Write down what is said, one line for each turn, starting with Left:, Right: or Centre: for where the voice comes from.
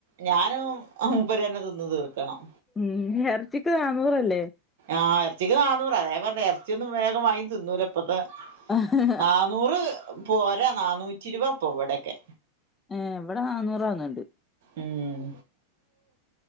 Right: ഞാനും മൂപ്പരും തന്നെ തിന്നു തീർ ക്കണം
Left: ഉം എറച്ചിക്ക് നാന്നൂറല്ലേ
Right: ആഹ് എറച്ചിക്ക് നാന്നൂറ അതേ പറഞ്ഞെ എർ ച്ചിയൊന്നും വേഗം വാങ്ങി തിന്നൂല. ഇപ്പത്തെ
Left: ആഹ്
Right: നാനൂറ് പോരാ നന്നൂറ്റി ഇരുപ അപ്പൊ ഇവിടെയൊക്കെ.
Left: ഏ എവിടെ നന്നൂറാവന്നണ്ട്.
Right: ഉം